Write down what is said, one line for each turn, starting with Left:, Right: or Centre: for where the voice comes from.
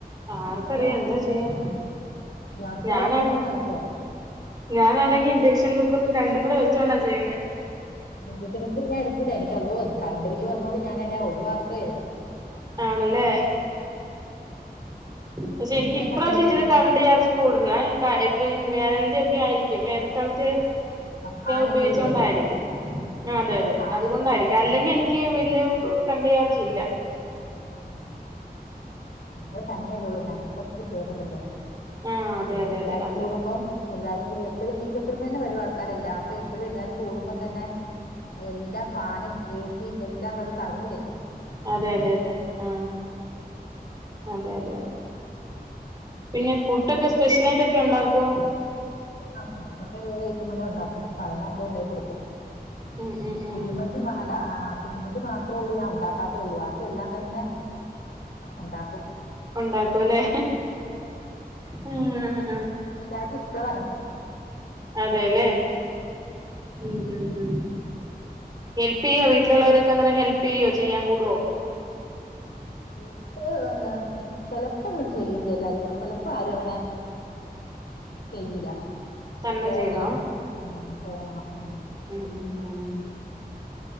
Right: ആർക്കറിയാം
Left: ഗ്യാസ്
Right: എന്താ
Left: ഇല്ലാതെ
Right: ചെയ്യാ
Left: ഗ്യാസ് ഇില്ലാതെ
Right: ഞാനാണ്
Left: വല്ല പണി നടക്കവാ
Right: ഞാനാണെങ്കി ഇൻഡക്ഷൻ കുക്കറും രണ്ടും കൂടെ വെച്ചോൊണ്ടാ ചെയ്യേ
Left: ഇൻഡക്ഷൻ കുക്കർ ഞാൻ എടുക്കൂല എനി അതോ കറണ്ട് ബില് വന്നോണ്ട് ഞാന എന്നെ ഒഴിവാക്കുകയത
Right: ആണല്ലേ പക്ഷെ
Left: നല്ല
Right: എനിക്ക് ഇപ്രാവശ്യ
Left: കന്നുപില്ലായിന്
Right: ഇിച്ച കറണ്ട് ചാർജ് കൂടുല ഇപ്പൊ വേനലിന്റെ ക്ക ആായിരിക്കും വേനൽക്കാലത്തെ
Left: ആ ഫാൻ
Right: ഉപയോഗിച്ചുക
Left: എപ്പഴും ഇടുവല്ലോ
Right: കൊണ്ടായിരിക്കും അതെ
Left: അല്ല
Right: അതെ
Left: ഫാൻ
Right: അതുകൊണ്ടായിരിക്കും
Left: ഇടുവല്ലോ ഒത്തിരി
Right: അല്ലെങ്കിൽ എനിക്ക് വല്ിയ കണ്ട ാർജ ഇില്ല
Left: ആഹ നിങ്ങ തന്നെയല്ലേ ഉള്ളൂ ഞങ്ങൾക്ക് ഒത്തിരി പേരുണ്ടല്ലോ
Right: ആ അതെ
Left: പിന്നെ
Right: അതെ
Left: എല്ലാരും
Right: അതെ അതെ
Left: കൂടുമ്പം എല്ലാരും എപ്പോഴും മിക്ക എപ്പഴും തന്നെ വരും ആൾക്കാരല്ല അപ്പൊ എപ്പോഴും എല്ലാരും കൂടുമ്പോം തന്നെ എല്ലാ ഫാനും എഏ സിയും എല്ലാം കടുത് കറങ്ങൂലേ
Right: അതെ അതെ അതെ അതെ ആഹ അതെ അതെ അതെ പിന്നെ ഫുഡ്ൊക്കെ
Left: പിന്നെ
Right: സ്പെഷ്യല
Left: എന്റെ വീ
Right: ആയിട്ടൊക്കെ ഉണ്ടാക്കോ
Left: ആ ഫൂന്തൊക്കെ ഏഴ് എട്ടുമണി ഉണ്ടാക്കും പറണൊക്കെ ഉണ്ടായി കൊടുക്കും
Right: ഉം ഉം ഉം
Left: കുഴിമന്തി മാല കുഴിമന്ത് മാത്രേ ഉള്ളൂ ഞാൻ ഉണ്ടാക്കാത്തേ ഉള്ളൂ ആാക്ക എല്ലാം തന്നെ ഉണ്ടാക്കും
Right: ഉണ്ടാക്കുംല്ലേ ഉ
Left: എല്ലാവർക്കും ഇഷ്ടവനം
Right: അതെല്ലേ ഉം ഉ ഉ ഹെല്പ് ചെയ്യോ വീട്ടിലുള്ളവരൊക്കെ അന്നേ ഹെല്പ് ചെയ്യോ ചെയ്യാൻ കൂടുുവോ
Left: ഇപ്പ എന്താ ചിലപ്പോ ചെയ്യുന്നു എല്ലാരും ചിലപ്പോ ആരും അങ്ങനെ ചെയ്യൂല
Right: തന്നെ
Left: തോന്നണം
Right: ചെയ്യണോ
Left: ഉം തോന്നണം ഉ
Right: ഉം ഉം ഉം ഉ